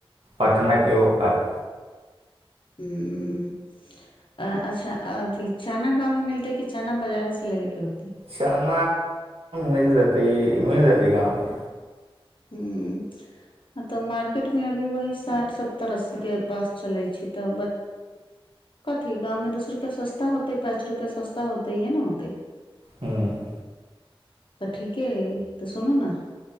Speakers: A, on the right; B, on the left.
A: पटना के ओइ पार
B: हुं उं अ अच्छा अथि चना गाँव में मिलतै कि चना बाजारे से लेबे के होतेै।
A: चान मिल जेतै मिल जेतै गाँव मे।
B: हुं त मार्केट मे अभी वह साठ सत्तर अस्सी के पास चलै छै। त कथि गाँव में दस रुपआ सस्ता होतै पाँच रुपआ सस्ता होतेै या न होतै।
A: हुं।
B: त ठीके हइ त सुनु ने।